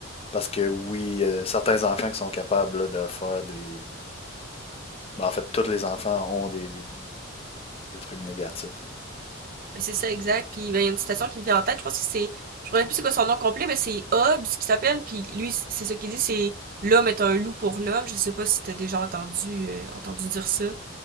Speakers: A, on the left; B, on the right.
A: parce que oui, euh, certains enfants qui sont capables là, de faire des. ben, en fait, tous les enfants ont des, des- des trucs négatifs.
B: Ben, c'est ça exact puis ben, il y a une citation qui me vient en tête je pense que c'est je ne me rappelle plus c'est quoi son nom complet mais c'est Hobbes qui s'appelle puis lui c'est ce qu'il dit c'est l'homme est un loup pour l'homme je sais pas si t'as déjà entendu euh, entendu dire ça